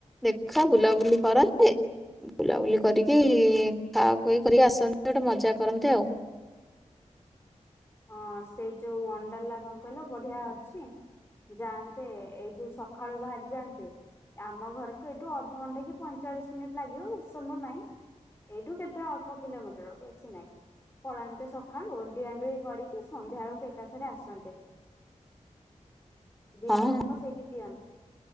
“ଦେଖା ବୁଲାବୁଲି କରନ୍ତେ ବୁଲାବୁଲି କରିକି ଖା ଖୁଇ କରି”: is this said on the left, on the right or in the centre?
Centre